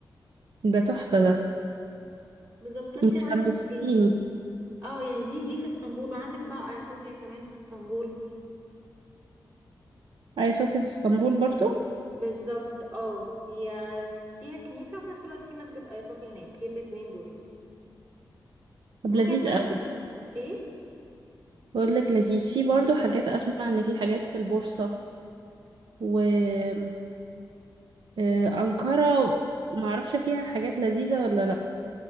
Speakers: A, on the right (about 85°); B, on the right (about 40°).
A: ده تحفة ده
B: بالظبط فانتي
A: انت
B: رأيك
A: حمستيني
B: ايه اه يعني دي دي في اسطنبول وعندك بقى آيا صوفيا كمان في اسطنبول
A: أي صوفيا في اسطنبول برضو
B: بالظبط اه هي فيها كنيسة وفي نفس الوقت في مسجد آيا صوفيا هناك في الاتنين دول
A: طب
B: ممكن
A: لذيذ
B: كمان
A: أوي
B: ايه
A: بقول لك لذيذ في برضو حاجات اسمع ان في حاجات في البورصة و آه، أنقرة معرفش فيها حاجات لذيذة ولا لا